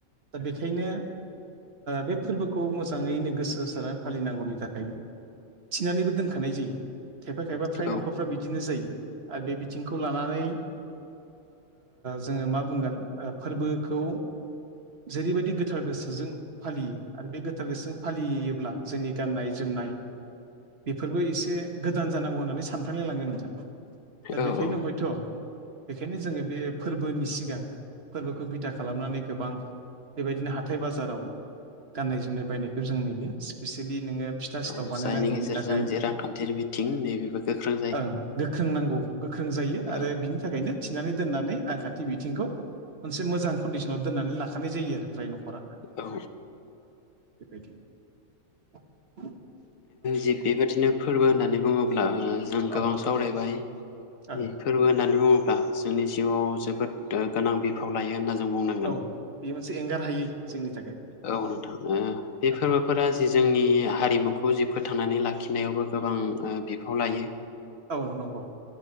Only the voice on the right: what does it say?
दा बेखायनो बे फोरबोखौ मोजाङैनो गोसो होसारनानै फालिनांगौनि थाखाय थिनानैबो दोनखानाय जायो खायफा खायफा फ्राय
न'खरफ्रा बिदिनो जायो आरो बे बिथिंखौ लानानै जोङो मा बुंगोन फोरबोखौ जेरैबायदि गोथार गोसोजों फालियो आरो बे गोथार गोसोजों फालियो ब्ला जोंनि गाननाय जोमनाय बेफोरबो एसे गोदान जानांगौ होननानै सानफ्लांलाय लाङो नोंथां दा
बेखायनो
हयथ' बेखायनो जोङो बे फोरबोनि सिगां फोरबोखौ बिथा खालामनानै गोबां बेबायदिनो हाथाय बाजाराव गाननाय जोमनाय बायनायखौ जों नुयो नो फिथा
सिथाव बानायनांगौनि
थाखाय
ओं गोख्रों नांगौ गोख्रों जायो आरो
बिनि थाखायनो थिनानै दोननानै रांखान्थि बिथिंखौ मोनसे मोजां कनदिसनाव दोननानै लाखानाय जायो आरो जाय न'खरा
बेबायदि <inaudible>
औ
ओं
औ बेयो मोनसे एंगार हायै जोंनि थाखाय
ओं
औ नंगौ